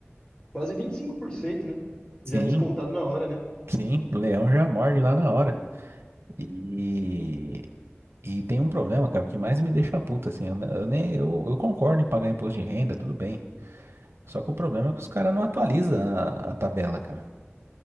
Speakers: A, on the left; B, on the right.
A: quase vinte e cinco por cento né?
B: Sim,
A: Já é descontado na hora, né?
B: sim, o leão já morde lá na hora. E, e tem um problema, cara, o que mais me deixa puto, assim, eu, ne- eu nem, eu, eu concordo em pagar imposto de renda, tudo bem. Só que o problema é que os caras não atualizam a, a tabela, cara.